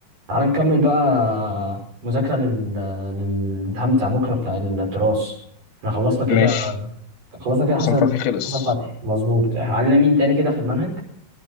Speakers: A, on the right (about 55°); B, on the left (about 70°).
A: تعال نكمل بقى مذاكرة لل... للامتحان بتاع بكرة بتاع التراث احنا خلصنا كده
B: ماشي
A: خلصنا كده
B: حسن
A: حسن
B: فتحي خلص
A: حسن فتحي مظبوط علينا مين تاني كده في المنهج